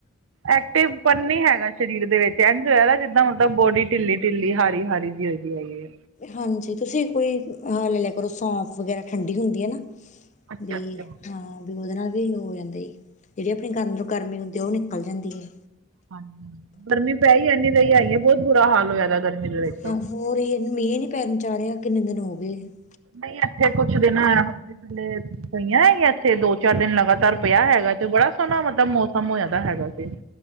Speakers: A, on the right (about 70°); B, on the left (about 35°).
A: ਐਕਟਿਵਪਨ ਨੀ ਹੈਗਾ ਸਰੀਰ ਦੇ ਵਿੱਚ ਐਂਜ ਹੋਇਆ ਜਿੱਦਾਂ ਮਤਲਬ ਬੋਡੀ ਢਿੱਲੀ- ਢਿੱਲੀ ਹਾਰੀ- ਹਾਰੀ ਜੀ ਹੋਈ। ਕੀ ਹੈਗੇ ਐ,
B: ਹਾਂਜੀ ਤੁਸੀਂ ਕੋਈ ਹ ਲੈ ਲਿਆ ਕਰੋ ਸੌਂਫ ਵਗੈਰਾ ਠੰਢੀ ਹੁੰਦੀ ਐ ਨਾ।
A: ਅੱਛਾ
B: ਵੀ
A: ਅੱਛਾ
B: ਹਾਂ ਵੀ ਉਹਦੇ ਨਾਲ ਵੀ ਹੋ ਜਾਂਦੇ ਜਿਹੜੀ ਆਪਣੀ ਕਮ ਕਰਨੇ ਹੁੰਦੇ ਵੀ ਨੀ। ਪੈ ਜਾਂਦੀ ਏ।
A: ਹਾਂਜੀ ਗਰਮੀ ਪੈਈ ਏਨੀ ਰਹੀ ਆ ਬੋਤ ਬੁਰਾ ਹਾਲ ਹੋਇਆ ਪਿਆ ਗਰਮੀ ਦੇ ਵਿੱਚ।
B: ਹਾਂ ਹੋਰ ਇਹ ਮਹੀਂ ਹੀ ਨਹੀ <unintelligible>
A: ਨਹੀਂ ਇੱਥੇ ਕੁਛ ਦਿਨ ਏ- ਸਾਡੇ ਪਈਆਂ ਹੈਗੀਆਂ ਇੱਥੇ ਦੋ- ਚਾਰ ਦਿਨ ਲਗਾਤਾਰ ਪਿਆ ਹੈਗਾ ਤੇ ਬੜਾ ਸੋਹਣਾ ਮਤਲਬ ਮੌਸਮ ਹੋਇਆ ਦਾ ਹੈਗਾ ਸੀ। <inaudible>